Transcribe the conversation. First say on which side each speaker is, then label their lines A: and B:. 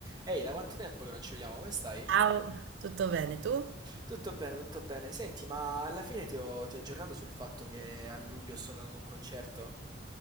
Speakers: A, on the right; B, on the right.
A: Ehi, da quanto tempo che non ci vediamo? Come stai?
B: Ciao, tutto bene tu?
A: Tutto bene, tutto bene. Senti, ma alla fine ti ho, ti ho aggiornato sul fatto che a luglio sto andando ad un concerto?